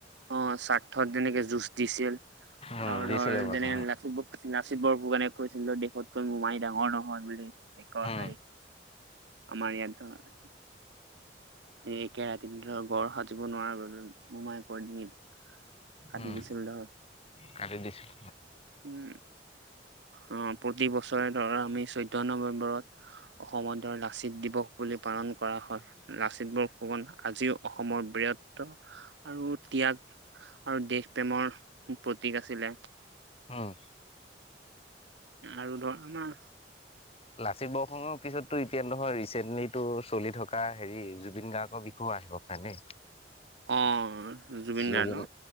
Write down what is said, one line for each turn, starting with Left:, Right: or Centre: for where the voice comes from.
Right: অ স্বাৰ্থত যেনেকে যুঁজ দিছিল।
Left: উম
Right: আৰু
Left: দিছিলে
Right: ধৰ
Left: বাৰু
Right: যেনেক লাচিতৰ লাচিত বৰফুকণে কৈছিল দেশত কৈ মোমাই ডাঙৰ নহয় বুলি একয়
Left: উম
Right: হাৰ আমাৰ ইয়াতো। <unintelligible> একেৰাতিৰ গড় সাজিব নোৱাৰাৰ বাবে মোমায়েকৰ ডিঙিত কাটি
Left: উম
Right: দিছিল দ।
Left: কাটি দিছিল।
Right: উম আহ প্ৰতি বছৰে ধৰা আমি চৈধ্য নৱেম্বৰত। অসমৰ ধৰ লাচিত দিৱস বুলি পালন কৰা হয় লাচিত বৰুফুকন আজিও অসমৰ বীৰত্ব আৰু ত্যাগ আৰু দেশ প্ৰেমৰ প্ৰতীক আছিলে
Left: উম
Right: আৰু ধৰ আমাৰ
Left: লাচিত বৰফুকনৰ পিছত এতিয়া নহয় ৰিচেণ্টলি তটো চলি থকা হেৰি জুবিন গাৰ্গৰ বিষয় আহিব প <unintelligible> নে
Right: অ জুবিন
Left: জুন
Right: গাৰ্গ ন